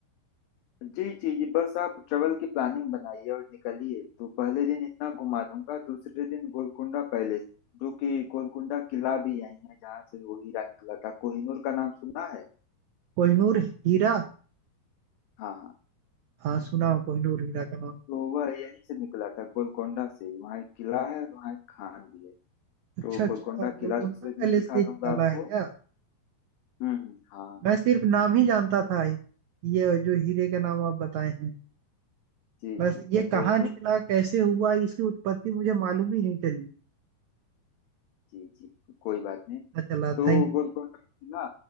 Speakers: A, on the left; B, on the right.
A: जी जी जी बस आप ट्रेवल की प्लानिंग बनाइए और निकलिए तो पहले दिन इतना घुमा दूंगा दूसरे दिन गोलकुंडा पैलेस जो कि गोलकुंडा किला भी यही है जहाँ से वो हीरा निकला था कोहिनूर का नाम सुना है
B: कोहिनूर हीरा
A: हाँ हाँ
B: हाँ सुना हो कोहिनूर हीरा का नाम
A: तो वह यहीं से निकला था गोलकुंडा से ही। वहाँ एक किला है और वहाँ एक खान भी है
B: अच्छा
A: तो
B: अच्छा
A: गोलकुंडा
B: गोलकुंडा
A: किला दूसरे
B: पहले
A: दिन दिखा
B: से ही निकाला
A: दूंगा आपको
B: है क्या
A: हम्म हम्म, हाँ
B: मैं सिर्फ नाम ही जानता था ये जो हीरे का नाम आप बताए हैं
A: जी
B: बस
A: जी
B: ये कहाँ
A: कोहिनूर
B: निकला कैसे हुआ इसकी उत्पत्ति मुझे मालूम ही नहीं चली
A: जी जी कोई बात नहीं
B: अच्छा चला
A: तो
B: थैंक
A: गोलकोंडा किला